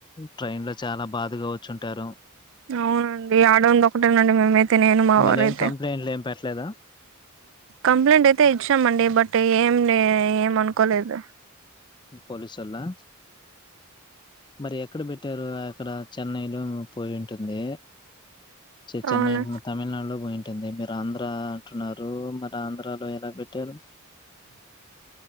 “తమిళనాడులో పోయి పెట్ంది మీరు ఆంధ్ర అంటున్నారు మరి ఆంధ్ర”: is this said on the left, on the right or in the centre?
Left